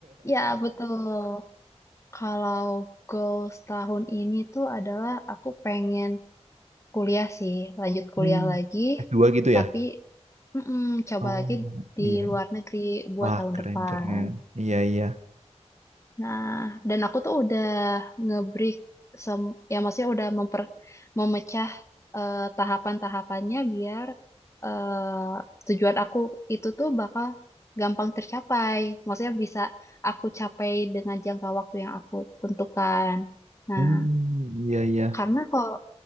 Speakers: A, on the left (about 25°); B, on the right (about 80°).
A: ya betul. Kalau goals tahun ini tuh adalah aku pengen kuliah sih, lanjut kuliah
B: Hmm.
A: lagi,
B: s dua gitu
A: tapi
B: ya.
A: mm-mm, coba
B: Oh,
A: lagi di
B: iya.
A: luar negeri buat
B: Wah,
A: tahun
B: keren
A: depan.
B: keren. Iya iya.
A: Nah, dan aku tuh udah nge-break, sem- ya maksudnya udah memper memecah eh, tahapan-tahapannya biar eh, tujuan aku itu tuh bakal gampang tercapai. Maksudnya bisa aku capai dengan jangka waktu yang aku tentukan. Nah,
B: Hmm, iya iya.
A: Karena kalau